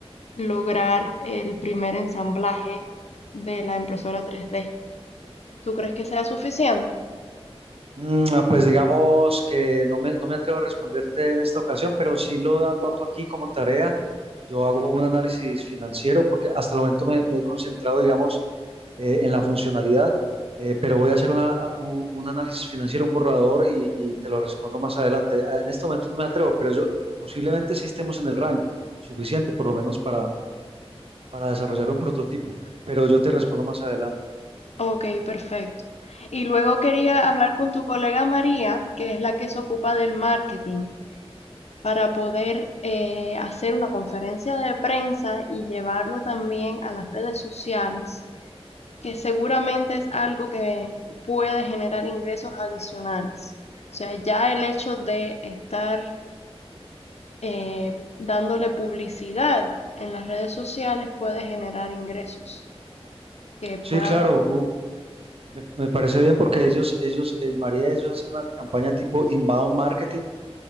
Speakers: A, on the left (about 80°); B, on the right (about 65°).
A: lograr el primer ensamblaje de la impresora 3D. ¿Tú crees que sea suficiente?
B: Mm, ah, Pues digamos que no me, no me atrevo a responderte en esta ocasión, pero sí lo anoto aquí como tarea. Yo hago un análisis financiero porque hasta el momento me, me he concentrado, digamos, eh, en la funcionalidad, eh, pero voy a hacer una- un, un análisis financiero, un borrador y, y te lo respondo más adelante. Ah, En este momento no me atrevo, pero yo posiblemente sí estemos en el rango suficiente, por lo menos para, para desarrollar un prototipo, pero yo te respondo más adelante.
A: Ok, perfecto. Y luego quería hablar con tu colega María, que es la que se ocupa del marketing, para poder eh, hacer una conferencia de prensa y llevarlo también a las redes sociales que seguramente es algo que puede generar ingresos adicionales. O sea, ya el hecho de estar eh, dándole publicidad en las redes sociales puede generar ingresos que puedan
B: Sí, claro,
A: aportar.
B: u- Me, me parece bien porque ellos, ellos, eh, María, ellos hacen una campaña tipo inbound marketing